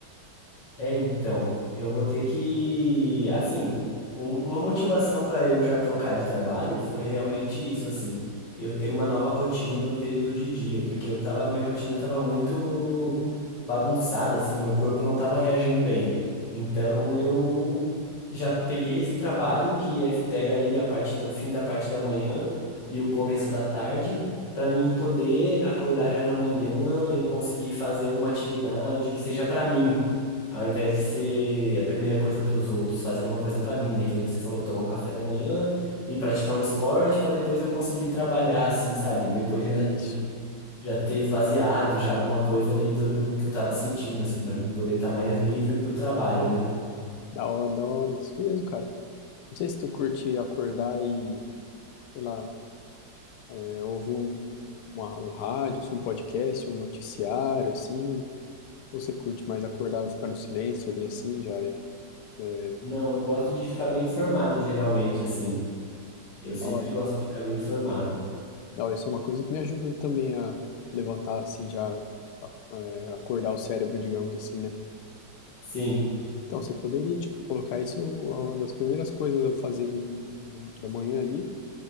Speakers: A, on the left; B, on the left.
A: É, então, eu vou ter que, assim, um- uma motivação para eu já trocar de trabalho foi realmente isso, assim, eu ter uma nova rotina no período de dia, porque eu tava, minha rotina tava muito bagunçada, assim, meu corpo não tava reagindo bem. Então, eu já peguei esse trabalho que é, pega aí a parte do o fim da parte da manhã e o começo da tarde. Para mim poder acordar já na manhã e conseguir fazer alguma atividade que seja para mim, ao invés de ser a primeira coisa para os outros, fazer uma coisa para mim, né? Que nem você falou, tomar um café da manhã e praticar um esporte para depois eu conseguir trabalhar, assim, sabe? Depois
B: Isso,
A: já de já ter esvaziado já alguma coisa ali do, do que eu tava sentindo, assim, para mim poder estar mais livre para o trabalho, né?
B: da hora, da hora, isso mesmo, cara. Não sei se tu curte acordar e sei lá, é, ouvir um, uma- um rádio, assim, um podcast, um noticiário, assim, ou você curte mais acordar e ficar no silêncio ali, assim, já é é
A: Não, eu gosto de ficar bem informado, geralmente, assim. Eu
B: da
A: sempre
B: hora.
A: gosto de ficar bem informado.
B: Da hora, isso é uma coisa que me ajuda também a levantar, assim, já a- é, acordar o cérebro, digamos assim, né?
A: Sim.
B: Então, você poderia, tipo, colocar isso uma das primeiras coisas a fazer do, do- da manhã ali,